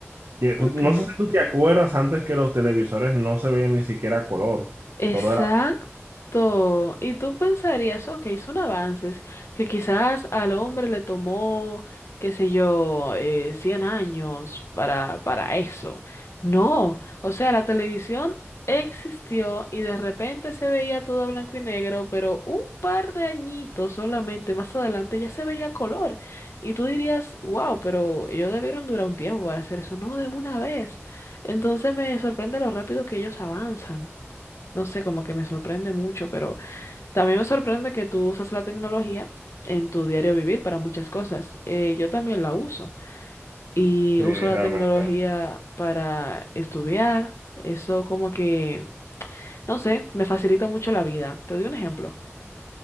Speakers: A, on the right; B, on the left.
A: que,
B: Ok.
A: no sé si tú te acuerdas antes que los televisores no se veían ni siquiera a color.
B: Exacto.
A: Todo
B: Y tú pensarías, ok, son avances que quizás al hombre le tomó, qué sé yo, eh, 100 años para, para eso. No, o sea, la televisión existió y de repente se veía todo a blanco y negro, pero un par de añitos solamente más adelante ya se veía color. Y tú dirías, wow, pero ellos debieron durar un tiempo para hacer eso, no de una vez. Entonces me sorprende lo rápido que ellos avanzan no sé, como que me sorprende mucho, pero también me sorprende que tú usas la tecnología en tu diario vivir para muchas cosas. Eh, yo también la uso y
A: Sí,
B: uso la
A: realmente.
B: tecnología para estudiar. Eso como que, no sé, me facilita mucho la vida. Te doy un ejemplo.